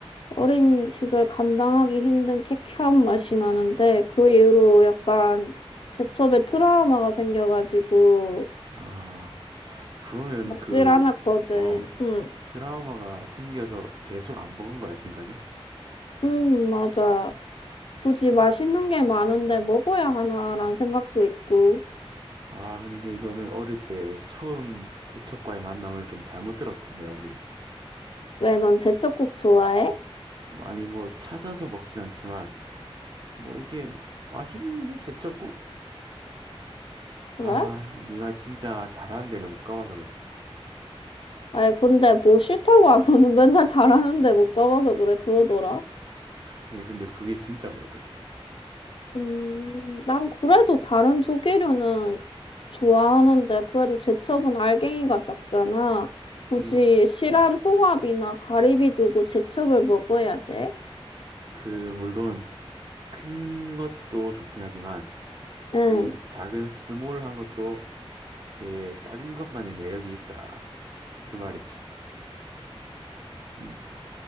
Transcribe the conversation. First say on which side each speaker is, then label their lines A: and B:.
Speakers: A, on the left; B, on the right.
A: 어린 시절 감당하기 힘든 쾌쾌한 맛이 나는데 그 이후로 약간 제첩에 트라우마가 생겨가지고
B: 아 그러면
A: 먹질
B: 그
A: 않았거든.
B: 어
A: 응,
B: 트라우마가 생겨서 계속 안 먹은 거야 지금까지?
A: 응, 맞아. 굳이
B: 아.
A: 맛있는 게 많은데 먹어야 하나라는 생각도 있고.
B: 아, 근데 이거는 어릴 때 처음 제첩과의 만남을 좀 잘못 들었다, 내가 보기엔.
A: 왜 넌 제첩국 좋아해?
B: 뭐, 아니, 뭐, 찾아서 먹진 않지만, 뭐, 이게 맛있는데 제첩국?
A: 그래?
B: 아, 네가 진짜 잘하는 데를 못 가봐서 그래.
A: 아니 근데 뭐 싫다고 하면은 맨날 잘하는데 못 가봐서 그래 그러더라.
B: 아니, 근데 그게 진짜 뭘 어떡해.
A: 음, 난 그래도 다른 조개류는 좋아하는데, 그래도 제첩은 알갱이가 작잖아. 굳이
B: 그리고,
A: 실한
B: 어,
A: 홍합이나 가리비 두고 제첩을 먹어야 돼?
B: 그, 물론, 큰 것도 좋긴 하지만,
A: 응.
B: 이 작은 스몰한 것도, 이게 작은 것만의 매력이 있다. 그 말이지. 음.